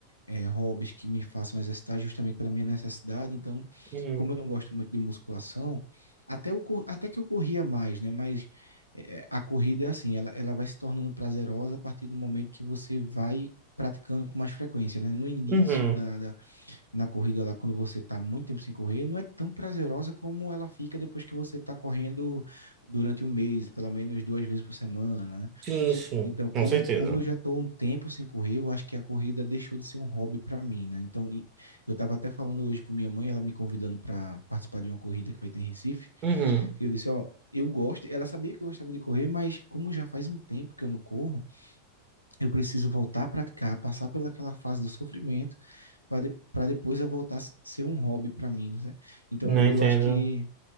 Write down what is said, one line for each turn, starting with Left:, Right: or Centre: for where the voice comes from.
Left: é, hobbies que me façam exercitar justamente pela minha necessidade. Então,
Right: Uhum.
Left: como eu não gosto muito de musculação, até, eu, cor- até que eu corria mais, né? Mas é, a corrida é assim, ela, ela vai se tornando prazerosa a partir do momento que você vai praticando com mais frequência, né? No início
Right: Uhum.
Left: da da, na corrida lá, quando você está muito tempo sem correr, não é tão prazerosa como ela fica depois que você está correndo durante um mês, pelo menos duas vezes por semana, né?
Right: Sim, sim,
Left: Então, como,
Right: com certeza.
Left: como eu já estou um tempo sem correr, eu acho que a corrida deixou de ser um hobby para mim, né? Então, e- eu estava até falando hoje com minha mãe, ela me convidando para participar de uma corrida que vai ter em Recife,
Right: Uhum.
Left: e eu disse, ó, eu gosto, ela sabia que eu gostava de correr, mas como já faz um tempo que eu não corro, eu preciso voltar a praticar, passar pelaquela fase do sofrimento para de, para depois eu voltar a ser um hobby para mim, né? Então
Right: Não
Left: eu,
Right: entendo.
Left: eu acho que